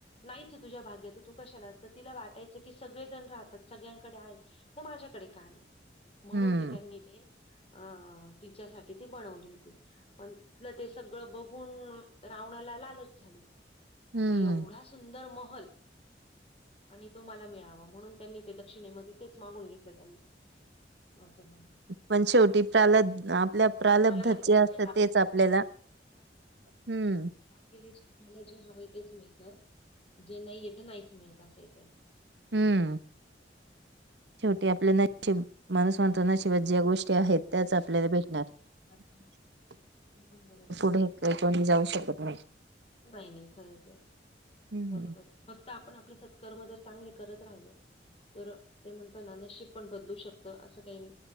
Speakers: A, on the left (about 35°); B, on the right (about 75°).
A: नाहीच तुझ्या भाग्यात तू कशाला? तर तिला वाटायचं की, सगळे जण राहतात सगळ्यांकडे आहे तर माझ्याकडे का नाही? म्हणून
B: हम्म
A: ते त्यांनी ते अ तिच्यासाठी ती बनवली होती. पण तिथलं ते सगळं बघून रावण्याला लालच झाली.
B: हम्म.
A: का एवढा सुंदर महल. <inaudible> आणि तो मला मिळावा. म्हणून त्यांनी ते दक्षिणेमध्ये तेच मागून घेतलं त्यांनी. असं झालं.
B: पण शेवटी प्रालब् आपल्या प्रालब्धात
A: प्रारब्धात
B: जे असतं,
A: आपलं
B: तेच आपल्याला
A: असतं <inaudible>
B: हम्म
A: आपल्याला जे हवंय तेच मिळतं. जे नाहीयेत नाहीच मिळत असंय इथ.
B: हम्म. शेवटी आपल नशीब माणूस नशिबात
A: हो
B: ज्या गोष्टी आहेत, त्याच
A: नशिबाच्या
B: आपल्याला भेटणार.
A: गोष्टी असतात त्या होतात
B: <inaudible>
A: हे पण बरोबर आहे.
B: <unintelligible> कोणी जाऊ शकत नाही.
A: काही नाही खरच आहे.
B: हम्म
A: <inaudible> बरोबर, फक्त आपण आपले कर्मचा चांगले करत राहिलो, तर ते म्हणताना नशीब पण बदलू शकत असं काही नाही.